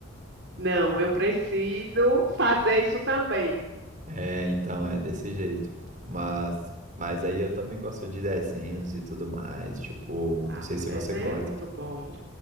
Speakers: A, on the right; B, on the right.
A: não, eu preciso fazer isso também.
B: É, então, é desse jeito. Mas, mas aí eu também gosto de desenhos e tudo mais. Tipo,
A: Ah,
B: não sei se
A: desenho
B: você gosta.
A: é muito bom.